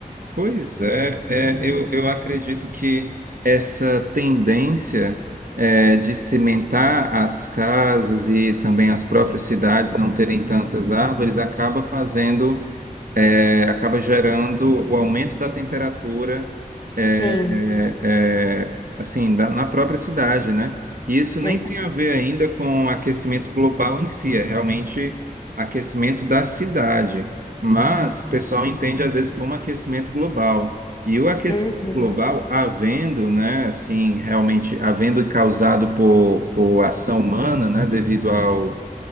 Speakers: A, on the right; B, on the left.
A: Pois é, é, eu, eu acredito que essa tendência é, de cimentar as casas e também as próprias cidades não terem tantas árvores acaba fazendo, é, acaba gerando o aumento da temperatura
B: Sim,
A: é, é, assim, da- na própria cidade, né? E isso nem
B: exato.
A: tem a ver ainda com aquecimento global em si, é realmente aquecimento da cidade. Mas o pessoal entende às vezes como aquecimento global. E o aquecimento
B: Uhum.
A: global, havendo, né, assim, realmente havendo causado por, por ação humana, né, devido ao